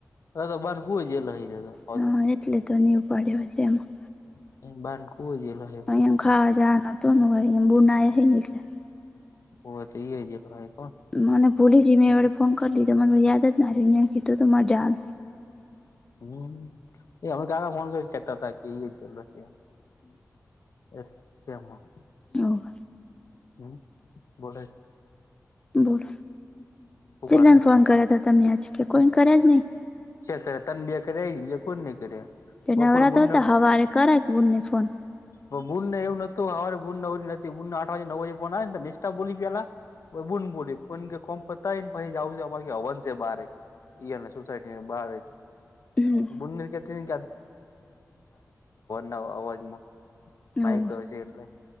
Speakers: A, on the left; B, on the left.
A: <unintelligible> તો બહાર હુઈ જયેલા હી <unintelligible>
B: હા એટલે તો ની ઉપડ્યો હોય તેમાં.
A: <unintelligible>
B: એમ ખાવા જવાના તોમ <unintelligible>
A: હો તો ઈ એ <unintelligible>
B: મને ભૂલી જી, મે વળી ફોન કર દીધો, મને યાદ જ ના રહ્યુ, એમ કીધું તું મારા જાન.
A: હમ્મ. એ અમે કાદા ફોન કરી કેતા હતા કી ઈ એ જોલો છે. એ તેમાં
B: હોવ
A: હમ્મ બોલાય.
B: બોલ. ચેલાન
A: કરે
B: ફોન કર્યા તા તમે આજ, કે કોઈન કર્યા જ નહીં?
A: ચે ક તન બે કરાય, બીહા કોઈન નહીં કર્યા.
B: તે
A: બપોર
B: નવરા
A: બુનને
B: તો હતા, હવારે કરાય બુનને ફોન.
A: પન બૂનને એવું નતું, હવારે બૂન નવરી નથી, બુનને આઠ વાગે, નવ વાયગે ફોન આવે ને તો નિષ્ઠા બોલી પેલા પન બુન બોલીન પન કે કોન પતાયન પછી જ આવજે અમારે કે હવન છે બહારે, ઈ અને સોસાયટ ન્યાં બહારેત.
B: હમ
A: પન બુન ને <unintelligible> કે હવન નાં અવાજ માં. માઈક
B: હોવ
A: તો હશે એટલે,